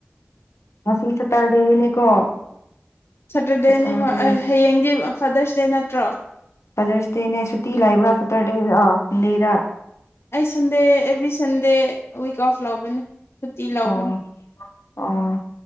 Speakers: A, on the left; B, on the left.
A: ꯉ ꯁꯇꯔꯗꯦꯅꯤꯀꯣ
B: ꯁꯦꯇꯔꯗꯦꯅꯦ
A: ꯁꯇꯔꯗꯦ
B: ꯍꯣꯏ ꯑꯩ ꯍꯌꯦꯡꯗꯤ ꯐꯥꯗꯔꯁ ꯗꯦ ꯅꯠꯇ꯭ꯔꯣ
A: ꯐꯗꯔꯁꯗꯦꯅꯦ ꯁꯨꯇꯤ ꯂ ꯂꯩꯕ꯭ꯔꯥ ꯁꯇꯔꯗꯦꯟꯗꯦꯗ
B: ꯑꯩ Sunday every Sunday week of ꯂꯧꯕꯅꯦ ꯁꯨꯇꯤ ꯂꯧꯕꯅꯤ
A: ꯑꯣ ꯑꯣ